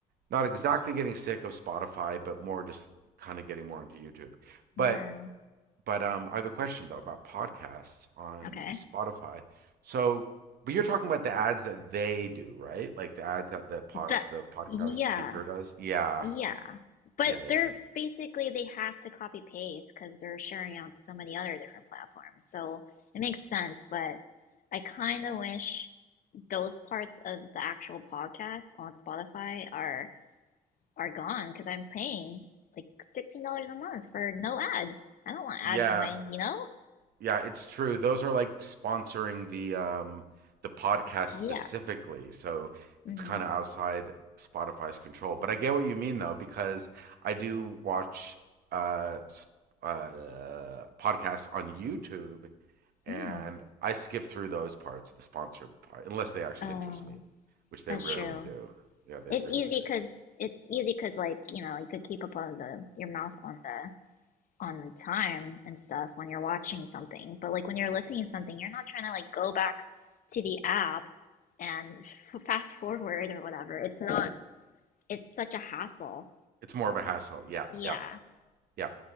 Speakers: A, on the right; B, on the left.
A: not exactly getting sick of Spotify, but more just kind of getting more into YouTube. But
B: Yeah.
A: but um, I have a question though about podcasts on
B: Okay.
A: Spotify. So, but you're talking about the ads that they do, right? Like the ads that the pod
B: The
A: the podcast
B: yeah,
A: speaker does. Yeah,
B: yeah. But
A: yeah,
B: they're
A: yeah,
B: basically they have to copy paste because they're sharing on so many other different platforms. So it makes sense, but I kind of wish those parts of the actual podcast on Spotify are are gone because I'm paying like sixteen dollars a month for no ads. I don't want
A: yeah.
B: ads in my, you know?
A: yeah, it's true. Those are like sponsoring the um the podcast
B: Yeah.
A: specifically. So
B: mm
A: it's kind of outside Spotify's control. But I get what you mean though because I do watch uh, s- uh, uh podcasts on YouTube and
B: Mm.
A: I skip through those parts, the sponsored part, unless they actually
B: Oh,
A: interest me, which they
B: that's
A: rarely
B: true.
A: do. Yeah, they
B: It's
A: rarely
B: easy
A: do.
B: because it's easy because like you know you could keep up on the your mouse on the on the time and stuff when you're watching something. But like when you're listening to something, you're not trying to like go back to the app and f- fast <laughs> forward or whatever. It's not, it's such a hassle.
A: It's more of a hassle. Yeah,
B: Yeah.
A: yeah, yeah.